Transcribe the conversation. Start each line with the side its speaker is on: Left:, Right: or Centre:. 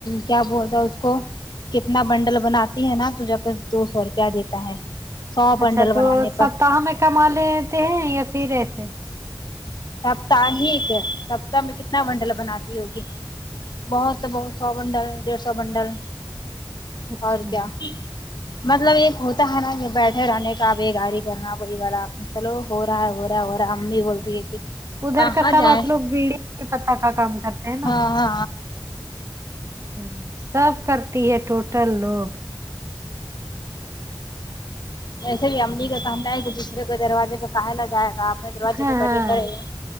Left: کیا بولتا اس کو کتنا بنڈل بناتی ہے نا تو جا کے دو سو روپیہ دیتا ہے سو بنڈل
Right: اچھا
Left: بنانے
Right: تو
Left: پر
Right: سپتااہ میں کما لیتے ہیں یا پھر ایسے
Left: سپت ہیک سپتہ میں کتنا منڈل بناتی ہوگی بہت بہت سو بنڈل ڈیڑھ سو بنڈل
Right: اچھا
Left: اور کیا مطلب ایک ہوتا ہے نا کہ بیٹھے رہنے کا بےگاری کرنا کوئی والا آپ نے چلو ہو رہا ہے ہو رہا ہے ہو رہا ہے امی بولتی ہے کہ
Right: ادھر
Left: کہاں
Right: کا سب
Left: جائیں
Right: آپ لوگ بیڑی کے پتہ کا کام کرتے ہیں نا
Left: ہاں ہ
Right: اچھا سب کرتی ہے ٹوٹل لوگ
Left: اییسے بھی املی کا کہنا ہے ایک دوسرے کو دروازے پہ کہالا جائے گا اپنے دروازے
Right: ہاں
Left: پہ بڑھے
Right: ہاں
Left: کرے گا